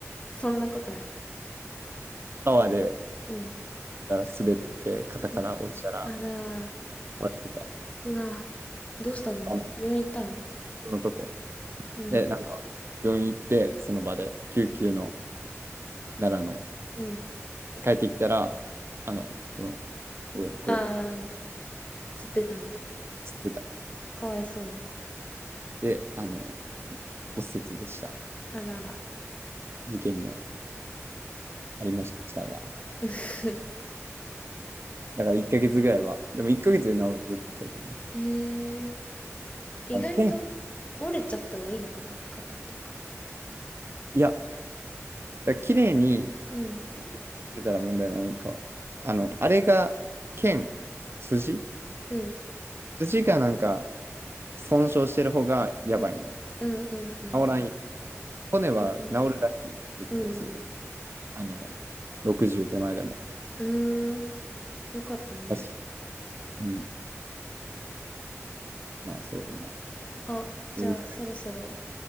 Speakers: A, on the left (about 25°); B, on the right (about 50°).
A: そんなことある。
B: 川で
A: うん
B: あ滑って肩から落ちたら
A: うん。あらー、
B: 割れてた。
A: うわー、どうしたの病院行ったの
B: あの、そのとこ。
A: うん、
B: で、なんか病院行ってその場で救急の
A: うん、
B: 奈良の
A: うん。
B: 帰ってきたら、あの、この、これ、これ、
A: ああ、つってたんだ。
B: つってた。
A: かわいそうに。
B: で、あの、骨折でした。
A: あらら。
B: 事件もありましたが。
A: <laughs>
B: だから1ヶ月ぐらいは、でも1ヶ月で治るって言ってたけどね。
A: へえ、意外と
B: あの、剣、
A: 折れちゃった方がいいのかな肩とか。
B: いや、だから綺麗に
A: うん、
B: 置いてたら問題ないか。あの、あれが剣、筋
A: うん、
B: 筋がなんか損傷してる方がやばいんや。
A: うん、うん、うん、うん。
B: 治らんや。骨は治るらしい。
A: へえ、
B: 結構すぐ。
A: うん、
B: あの、60手前でも。
A: うん。うーん、よかったね。
B: らしい。うん。まあそうだな。
A: あ、じゃあそろそろ
B: それぐらい